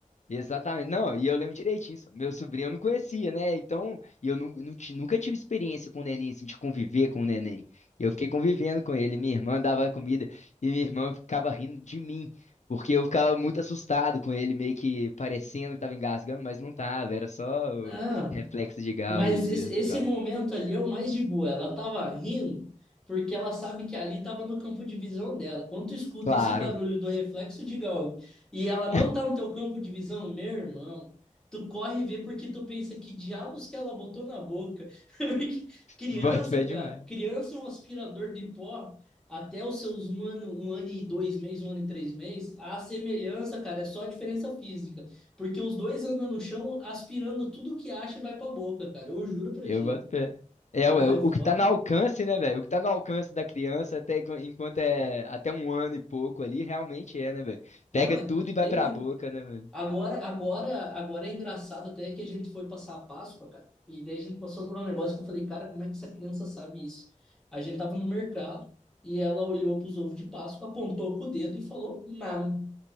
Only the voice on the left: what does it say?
Exatamente. Não, e eu lembro direitinho. isso. Meu sobrinho eu não conhecia, né? Então, e eu nu- nu- ti- nunca tive experiência com o neném, assim, de conviver com o neném. Eu fiquei convivendo com ele. Minha irmã dava comida e minha irmã ficava rindo de mim, porque eu ficava muito assustado com ele, meio que parecendo que tava engasgando, mas não tava. Era só o
reflexo de Gauguin
mesmo
e tal.
Claro,
<laughs>
bota fé
demais.
Eu
boto pé. É,
ué, o
que tá no alcance, né, velho? O que tá no alcance da criança até enqu- enquanto é até um ano e pouco ali, realmente é, né, velho?
Pega
tudo e vai
pra boca, né, velho?